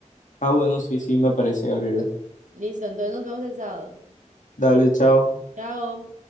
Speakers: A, on the left (about 80°); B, on the right (about 80°).
A: Ah, bueno, sí, sí, me parece, Gabriela.
B: Listo, entonces nos vemos el sábado.
A: Dale, chao.
B: Chao.